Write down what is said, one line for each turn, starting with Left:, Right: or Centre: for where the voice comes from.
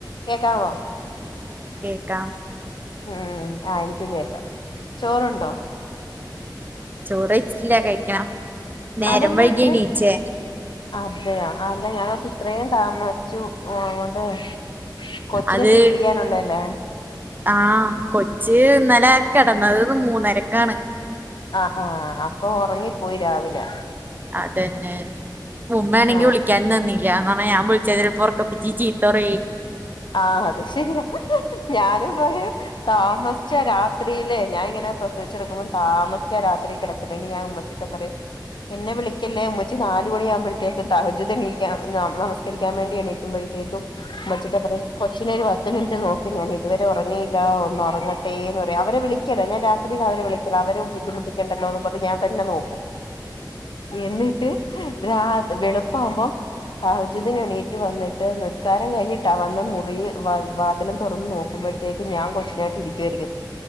Left: കേക്കമോ
Right: ആ
Left: മ് ആ എനിക്കും കേക്കാം ചോറുണ്ടോ
Right: ചോറയ്ച്ച ഇല്ല കഴിക്കണം നേരം
Left: അതെന്നാ
Right: വൈകിഎണീചെ
Left: ഇത്രേ അതെയോ അല്ല ഞാൻ ഒർത്ത് ഇത്രയും താമസി ച്ചു ഓടെ കൊച്ചിന്
Right: അത്
Left: ഫീഡ് ചെയ്യാനുള്ളതല്ലേ
Right: ആ കൊച്ച് ഇന്നലെ കെടന്നത് മൂന്നരക്കാണ്
Left: ആ ആ അപ്പൊ ഉറങ്ങിപ്പോയി രാവിലെ
Right: അതന്നെ ഉമ്മ ആണെങ്കിൽ
Left: ആ
Right: വിളിക്കാനുംനിന്നില്ല അങ്ങനെ ഞാൻ വിളിച്ചാ ചെലപ്പോ ഒറക്ക പിച്ചിൽ ചീ തൊറി
Left: ആ അത് ശരിയാ ഞാനും പറയും താമസിച്ച രാത്രിയില് ഞാനിങ്ങനെ പ്രസവിച്ചെടുക്കുമ്പോം താമസിച്ച രാത്രി കിടക്കുന്നെങ്കി ഞാൻ ഉമ്മച്ചിട്ട് പറയും എന്നെ വിളിക്കല്ലേ ഉമ്മച്ചി നാല് മണിയാകുമ്പോഴത്തേക്കും തഹജ്ജുദ് നീക്കണം നമസ് ക്കാൻ വേണ്ടി എണീകുമ്പോഴത്തേക്കും ഉമ്മച്ചി കൊച്ചിനെ ഒരു പത്ത് മിനിറ്റ് നോക്കും ഞാൻ ഇതുവരെ ഉറങ്ങിയില്ല ഒന്ന് ഉറങ്ങട്ടെന്ന് പറ അവരെ വിളിക്കല്ല ഞാൻ രാത്രിൽ അവരെ വിളിക്കല അവര് ബുദ്ധിമുട്ടിക്കേണ്ടല്ലോന്ന് പറഞ് ഞാൻ തന്നെ നോക്കും എന്നിട്ട് രാത്രി വെളുപ്പാവുബം തഹജ്ജുദദിന് എണീറ്റ് വന്നിട്ട് നിസ്കാരം കഴിഞ്ഞിട്ടാ മുറിയിൽ വാതിലും തുറന്ന് നോക്കുമ്പോഴത്തേക്ക് ഞാൻ കൊച്ചിനായിട്ട് ഇരിക്കുവായിരിക്കും